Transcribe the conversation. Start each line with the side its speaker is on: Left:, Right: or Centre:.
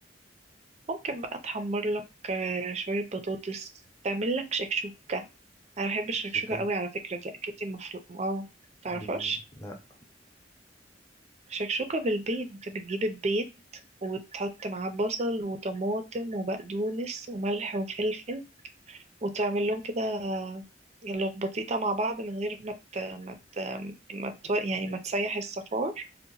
Right: ممكن بقى تحمر لك آه، شوية بطاطس تعمل لك شكشوكة أنا بحب
Left: شكشوكة
Right: الشكشوكة قوي على فكرة دي أكلتي المفروض اه متعرفهاش
Left: دي لا
Right: شكشوكة بالبيض انت بتجيب البيض وتحط معاه بصل وطماطم وبقدونس وملح وفلفل وتعمل لهم كده لخبطيطة مع بعض من غير ما ت... ما ت... ما ت... يعني ما تسيح الصفار